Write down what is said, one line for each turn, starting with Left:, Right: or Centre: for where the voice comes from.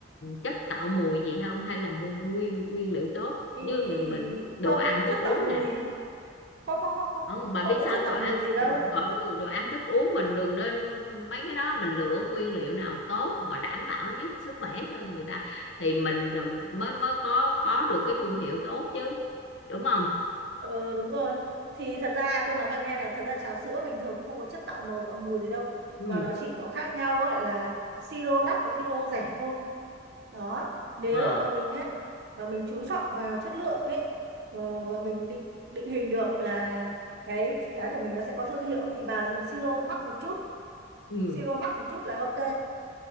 Left: chất tạo mùi gì không hay là mua nguyên nguyên liệu tốt
Right: Ý...
Left: như là mình đồ
Right: Không,
Left: ăn thức
Right: chất
Left: uống
Right: tạo mùi.
Left: nè
Right: Không, không, không, không.
Left: không bà biết
Right: Không có
Left: sao
Right: chất
Left: không
Right: tạo
Left: đồ ăn
Right: mùi gì đâu.
Left: ừ đồ ăn thức uống mình đừng nên mấy cái đó mình lựa nguyên liệu nào tốt mà đảm bảo nhất sức khỏe cho người ta thì mình mới mới có có được cái thương hiệu tốt chứ đúng không
Right: Ờ, đúng rồi. Thì thật ra tôi nói bạn nghe này, thật ra trà sữa bình thường không có chất tạo màu, tạo mùi gì đâu.
Left: ừ
Right: Mà nó chỉ có khác nhau ấy là siro đắt và siro rẻ thôi. Đó. Nếu
Left: à
Right: mà mình và mình chú trọng vào chất lượng ấy ờ, và mình định định hình được là cái cái của mình nó sẽ có thương hiệu thì bà dùng siro mắc một chút
Left: ừ
Right: siro mắc một chút là ok